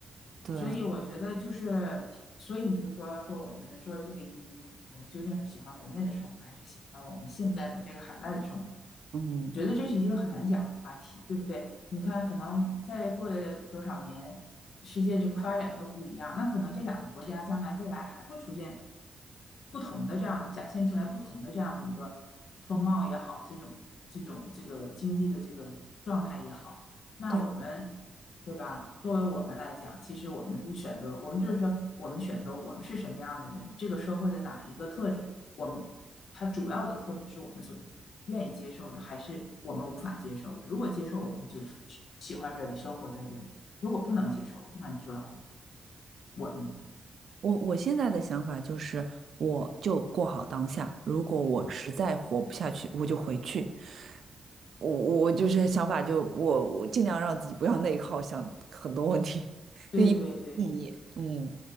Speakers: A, on the right (about 65°); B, on the left (about 70°).
A: 对，
B: 所以我觉得就是，所以你就说说我们说这个移民，我们究竟是喜欢国内的生活，还是喜欢我们现在的这个海外的生活？
A: 嗯。
B: 觉得这是一个很难讲的话题，对不对？你看，可能再过多少年，世界这个发展又不一样，那可能这两个国家将来未来还会出现不同的这样的展现出来不同的这样的一个风貌也好，这种这种这个经济的这个状态也好，那我们
A: 对。
B: 对吧？作为我们来讲，其实我们就选择，我们就是说，我们选择我们是什么样的人，这个社会的哪一个特质，我们它主要的特质是我们所愿意接受的，还是我们无法接受的。如果接受，我们就喜欢这里，生活在这里；如果不能接受，那你就要回去。我认为，
A: 我我现在的想法就是，我就过好当下。如果我实在活不下去，我就回去。我我我就是想法就，我我尽量让自己不要内耗，想很多问题 <laughs>
B: 对对对，
A: 对意义。嗯